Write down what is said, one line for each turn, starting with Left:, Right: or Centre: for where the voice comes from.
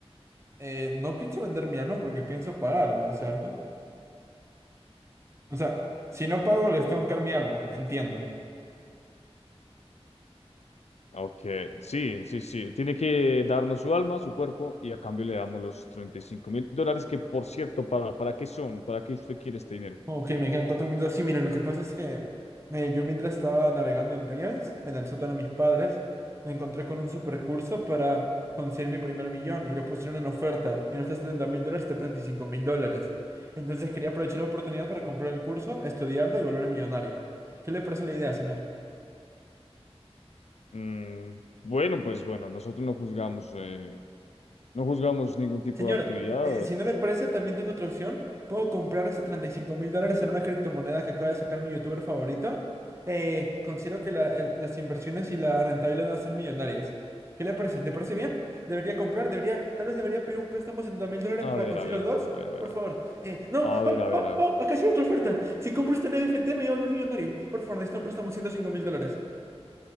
Right: Eh, no pienso vender mi alma porque pienso pagar, ¿no es cierto? O sea, si no pago, les tengo que dar mi alma, entiendo.
Left: Ok, sí, sí, sí. Tiene que darnos su alma, su cuerpo, y a cambio le damos los treinta y cinco mil dólares, que por cierto, ¿para, para qué son? ¿Para qué usted quiere este dinero?
Right: Ok, me quedan cuatro minutos. Sí, miren, lo que pasa es que eh, yo mientras estaba navegando en Reels, en el sótano de mis padres, me encontré con un supercurso para conseguir mi primer millón y lo pusieron en oferta. Y no está a 70 mil dólares, está a 35 mil dólares. Entonces quería aprovechar la oportunidad para comprar el curso, estudiarlo y volverme millonario. ¿Qué le parece la idea, señor?
Left: Mm, bueno, pues bueno, nosotros no juzgamos, eh, no juzgamos ningún tipo
Right: Señor,
Left: de actividad.
Right: eh, si no le parece, también tengo otra opción. Puedo comprar este 35 mil dólares en una criptomoneda que acaba de sacar mi youtuber favorito. Eh, considero que la- el- las inversiones y la rentabilidad van a ser millonarias. ¿Qué le parece? ¿Le parece bien? ¿Debería comprar? ¿Debería? Tal vez debería pedir un préstamo de 70 mil dólares
Left: A
Right: para
Left: ver,
Right: conseguir
Left: a ver,
Right: los
Left: a
Right: dos.
Left: ver, a ver, a ver,
Right: Por
Left: a
Right: favor.
Left: ver,
Right: Eh, no,
Left: a ver,
Right: oh,
Left: a ver,
Right: oh,
Left: a
Right: oh,
Left: ver,
Right: acá sí hay otra oferta. Si compro este NFT me voy a volver millonario. Por favor, necesito un préstamo de 105 mil dólares.